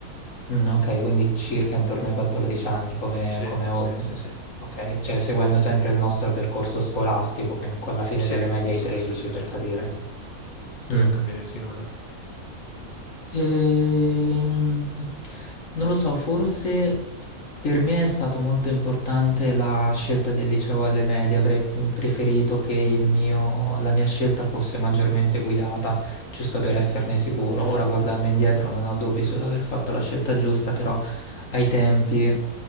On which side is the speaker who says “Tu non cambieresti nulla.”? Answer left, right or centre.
Left